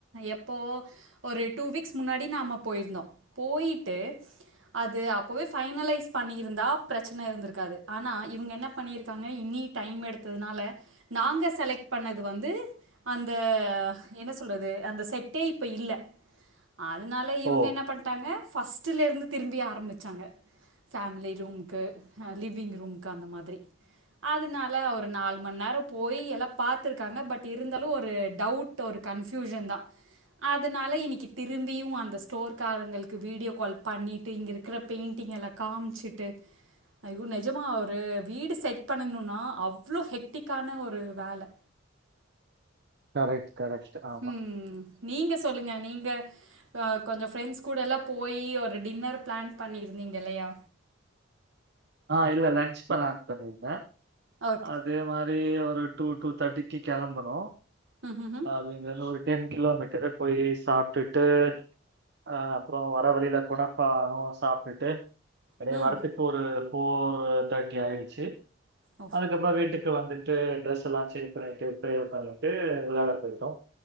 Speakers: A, on the right; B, on the right.
A: எப்போ ஒரு டூ வீக்ஸ் முன்னாடி நாம போயிருந்தோம் போயிட்டு அது அப்போவே ஃபைனலைஸ் பண்ணியிருந்தா பிரச்சன இருந்திருக்காது ஆனா இவுங்க என்ன பண்ணியிருக்காங்க இன்னி டைம் எடுத்ததுனால நாங்க செலக்ட் பண்ணது வந்து அந்த என்ன சொல்றது அந்த செட்டே இப்ப இல்ல அதுனால இவுங்க
B: ஓ!
A: என்ன பண்ட்டாங்க ஃபர்ஸ்ட்டுலருந்து திரும்பி ஆரம்பிச்சாங்க ஃபேமிலி ரூம்க்கு லிவிங் ரூம்க்கு அந்த மாதிரி அதுனால ஒரு நால் மண் நேரம் போய் எல்லா பாத்துருக்காங்க பட் இருந்தாலும் ஒரு டவுட்டு ஒரு கன்ஃபியூஷன் தா அதுனால இன்னிக்கி திரும்பியும் அந்த ஸ்டோர்க்காரங்களுக்கு வீடியோ கால் பண்ணிட்டு இங்க இருக்கிற பெயிண்டிங் எல்லாத் காம்ச்சிட்டு ஐயோ நெஜமா ஒரு வீடு செட் பண்ணணுனா அவ்ளோ ஹெக்டிக்கான ஒரு வேல
B: கரெக்ட் கரெக்ட் ஆமா.
A: ம் நீங்க சொல்லுங்க நீங்க கொஞ்ச ஃப்ரெண்ட்ஸ் கூடல்லா போய் ஒரு டின்னர் பிளான் பண்ணியிருந்தீங்க இல்லையா
B: ஆ இல்ல லஞ்ச பல ஆத்தான இந்தங்க
A: ஓகே.
B: அ அதே மாரி ஒரு டூ டூ தேர்ட்டிக்கு கிளம்பறோ
A: ம் ம்ம்
B: அது இங்க இருந்து ஒரு டென் கிலோமீட்டர் போய் சாப்ட்டுட்டு அ அப்புற வர வழியில குணப்பா சாப்ட்டுட்டு கிடையே
A: ம் ம்
B: வரத்துக்கு ஒரு போர் தேர்ட்டி ஆயிடுச்சு
A: ஓ!
B: அதுக்கப்புற வீட்டுக் இங்க வந்துட்டு டிரஸ் எல்லா சேஞ் பண்ணிட்டு <unintelligible> விளட பத்து நிமிஷ